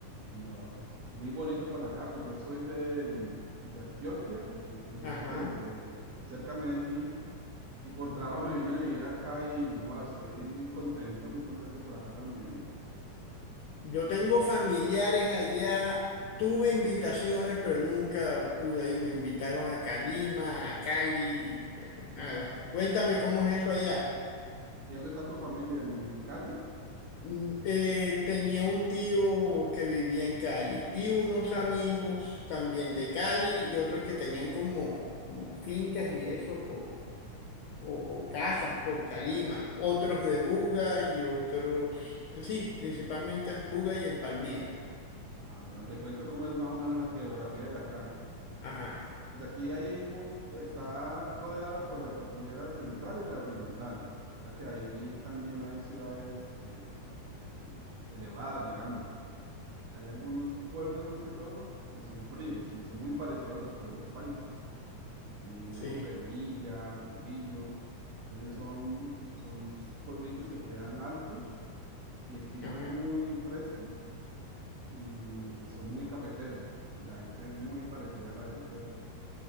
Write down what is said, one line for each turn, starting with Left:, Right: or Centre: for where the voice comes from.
Right: No, muy bonito por acá, pues yo soy de, mm, de Antioquia, de de los
Left: Ajá,
Right: lados de, de cerca a Medellín, y por
Left: ajá.
Right: trabajo me vine a vivir acá y no, estoy muy contento, muy contento por acá también.
Left: Yo tengo familiares allá, tuve invitaciones, pero nunca pude ir. Me invitaron a Calima, a Cali, pero nada. Cuéntame cómo es eso allá.
Right: ¿Y dónde está tu familia? ¿En, en Cali?
Left: Mm, eh, tenía un tío que vivía en Cali y unos amigos también de Cali y otros que tenían como, como fincas y eso por, o, o casas por Calima, otros de Buga y otros, sí, principalmente en Buga y en Palmira.
Right: Ah, bueno, te cuento cómo es más o menos la geografía de acá.
Left: Ajá,
Right: Pues aquí hay, mon- está rodeada por la cordillera central y la oriental. O sea que ahí también hay ciudades eh, eh, eh, elevadas, digamos. Hay algunos pueblos más que todos que son fríos y son muy parecidos a los pueblos paisas. Eh, digamos
Left: sí,
Right: Sevilla, Trujillo. Entonces son, son s- pueblitos que quedan altos y el clima
Left: ajá.
Right: es muy fresco y son muy cafeteros. Y la gente es muy parecida a la de Antioquia.